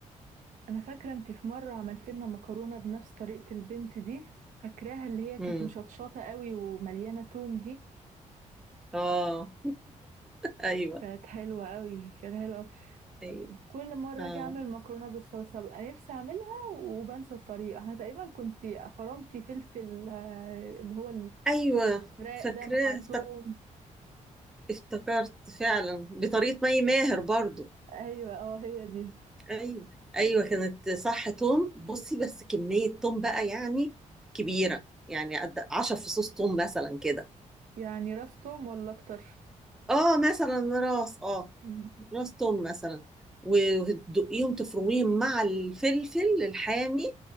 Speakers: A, on the right; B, in the centre.
A: أنا فاكرة أنت في مرة عملت لنا مكرونة بنفس طريقة البنت دي فاكراها اللي هي كانت
B: امم
A: مشطشطة قوي ومليانة توم دي
B: اه ايوه
A: كانت حلوة قوي كانت حلوة قوي.
B: ايوه
A: كل مرة
B: اه
A: أجي أعمل مكرونة بالصلصة ببقى نفسي أعملها وبنسى الطريقة أنا تقريبا كنت فرمتي فلفل آه، اللي هو
B: ايوه
A: راق
B: فاكراه
A: ده مع توم
B: افتك- افتكرت فعلا بطريقه مي ماهر برضو
A: ايوه اه هي دي
B: ايوه ايوه كانت صح توم بصي بس كميه توم بقى يعني كبيره يعني قد 10 فصوص توم مثلا كده
A: يعني راس توم ولا اكتر
B: اه مثلا راس اه
A: مم.
B: راس توم مثلا و- وتدقيهم تفرميهم مع الفلفل الحامي